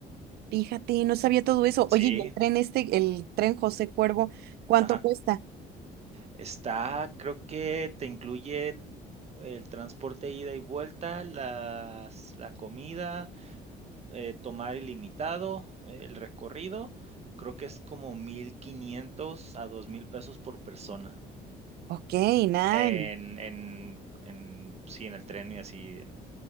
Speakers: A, on the right; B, on the right.
A: Fíjate, no sabía todo eso.
B: Sí,
A: Oye, ¿y el tren este, el tren José Cuervo, cuánto
B: ajá.
A: cuesta?
B: Está, creo que te incluye el transporte ida y vuelta, las, la comida, eh, tomar ilimitado, el recorrido. Creo que es como 1,500 a 2,000 pesos por persona.
A: Ok, nice.
B: En, en, en, sí, en el tren y así, en